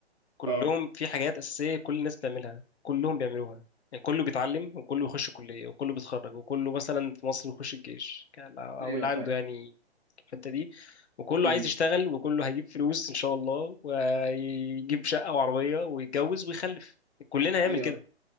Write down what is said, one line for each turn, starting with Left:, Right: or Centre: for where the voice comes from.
Left: كلهم
Right: اه
Left: في حاجات اساسيه كل الناس بتعملها كلهم بيعملوها يعني كله بيتعلم وكله بيخش كليه وكله بيتخرج وكله مثلا في مصر بيخش الجيش ك- او
Right: ايوه
Left: اللي عنده
Right: فاهم
Left: يعني الحته دي وكله
Right: امم
Left: عايز يشتغل وكله هيجيب فلوس ان شاء الله ويجيب شقه وعربيه ويتجوز ويخلف كلنا هنعمل
Right: ايوه
Left: كده